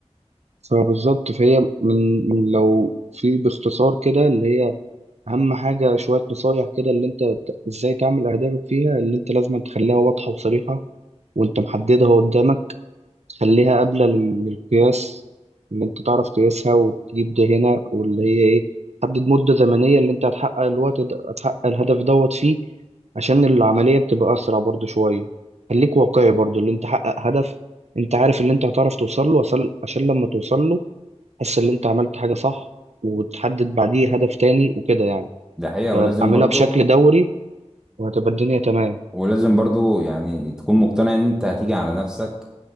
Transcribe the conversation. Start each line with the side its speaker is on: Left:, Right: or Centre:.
Right: فبالظبط فهي من من لو في باختصار كده اللي هي اهم حاجه شويه نصايح كده اللي انت ت- ازاي تعمل اهدافك فيها اللي انت لازم تخليها واضحه وصريحه وانت محددها قدامك خليها قابلة لل- للقياس إن أنت تعرف تقيسها وتجيب ده هنا واللي هي إيه حدد مدة زمنية اللي أنت هتحقق الوقت ده هتحقق الهدف دوت فيه عشان العملية بتبقى أسرع برضو شوية خليك واقعي برضو اللي أنت حقق هدف أنت عارف اللي أنت هتعرف توصل له وصل عشان لما توصل له تحس إن أنت عملت حاجة صح وتحدد بعديه هدف تاني وكده يعني
Centre: دي حقيقة
Right: فأعملها
Centre: ولازم برضه
Right: بشكل دوري وهتبقى الدنيا تمام
Centre: ولازم برضو يعني تكون مقتنع ان انت هتيجي على نفسك